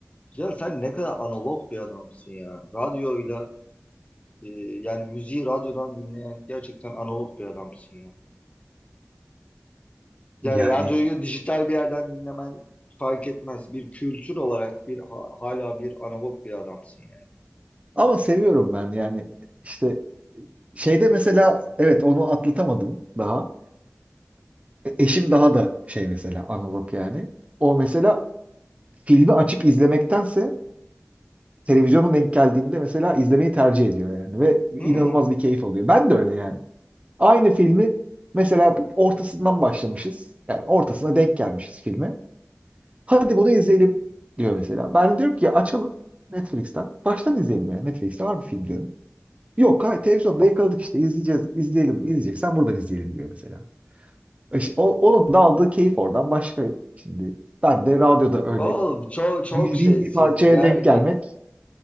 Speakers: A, on the left; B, on the right.
A: Ya sen ne kadar analog bir adamsın ya. Radyoyla e, yani müziği radyodan dinleyen gerçekten analog bir adamsın ya. Yani
B: Yani
A: radyoyu dijital bir yerden dinlemen fark etmez. Bir kültür olarak bir ha- hala bir analog bir adamsın yani.
B: ama seviyorum ben yani işte şeyde mesela evet onu atlatamadım daha. E, Eşim daha da şey mesela analog yani. O mesela filmi açıp izlemektense televizyonun denk geldiğinde mesela izlemeyi tercih ediyor yani ve inanılmaz
A: Hmm.
B: bir keyif alıyor. Ben de öyle yani. Aynı filmi mesela ortasından başlamışız. Yani ortasına denk gelmişiz filme. Hadi bunu izleyelim diyor mesela. Ben diyorum ki açalım Netflix'ten. Baştan izleyelim yani. Netflix'te var bu film diyorum. Yok hayır televizyonda yakaladık işte izleyeceğiz, izleyelim, izleyeceksen buradan izleyelim diyor mesela. İşte o- onun da aldığı keyif oradan başka şimdi. Ben de radyoda öyle
A: Oğlum çok çok
B: bildiğim
A: şeysiz.
B: bir parçaya
A: Ya,
B: denk gelmek.